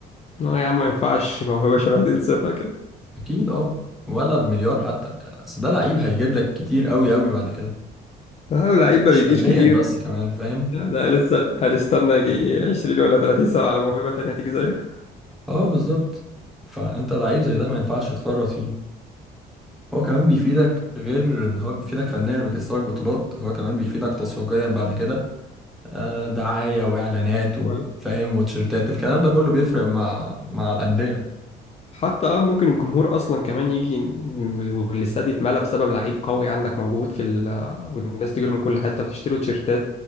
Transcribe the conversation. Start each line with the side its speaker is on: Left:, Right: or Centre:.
Left: اه يا عم ما ينفعش موهبه شبه دي تسيبها كده
Centre: اكيد اه ولا بمليار حتى اصل ده لعيب هيجيب لك كتير قوي قوي بعد كده
Left: اه لعيب ما
Centre: مش
Left: بيجيش
Centre: فنيا
Left: كتير
Centre: بس كمان فاهم
Left: لا ده لسه هنستنى يجي 20 ولا 30 سنه على موهبه تانيه تيجي زيه
Centre: اه بالظبط فانت لعيب زي ده ما ينفعش تفرط فيه هو كمان بيفيدك غير ان هو بيفيدك فنيا بيكسبك بطولات هو كمان بيفيدك تسويقيا بعد كده آه، دعاية واعلانات
Left: <laughs>
Centre: وفاهم وتيشيرتات الكلام ده كله بيفرق مع مع الأندية
Left: حتى اه ممكن الجمهور اصلا كمان يجي ن- والاستاد يتملى بسبب لعيب قوي عندك موجود في ال آه، والناس تجري من كل حته وتشتري تيشيرتات